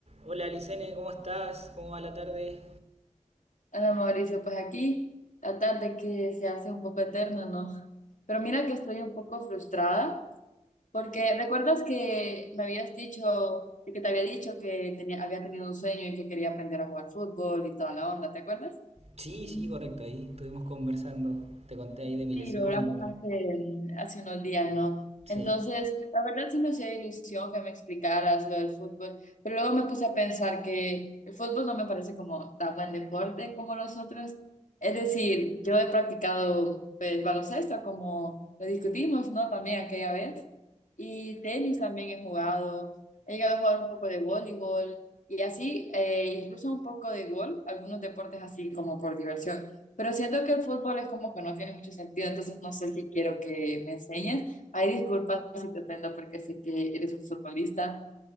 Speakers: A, on the right (about 55°); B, on the left (about 80°).
A: Hola Licene, ¿cómo estás? ¿Cómo va la tarde?
B: Hola Mauricio, pues aquí la tarde que se hace un poco eterna, ¿no? Pero mira que estoy un poco frustrada porque recuerdas que me habías dicho, que te había dicho que tenía, había tenido un sueño y que quería aprender a jugar fútbol y toda la onda, ¿te acuerdas?
A: Sí, sí, correcto, ahí estuvimos conversando. Te conté ahí de mi
B: Sí,
A: lesión
B: lo hablamos
A: igual.
B: hace, hace unos días, ¿no? Entonces,
A: Sí,
B: la verdad sí me hacía ilusión que me explicaras lo del fútbol, pero luego me puse a pensar que el fútbol no me parece como tan buen deporte como los otros. Es decir, yo he practicado pues baloncesto, como lo discutimos, ¿no? También aquella vez. Y tenis también he jugado. He llegado a jugar un poco de voleibol y así, eh, incluso un poco de golf, algunos deportes así como por diversión. Pero siento que el fútbol es como que no tiene mucho sentido, entonces no sé si quiero que me enseñes. Ay, disculpas si te ofendo porque sé que eres un futbolista,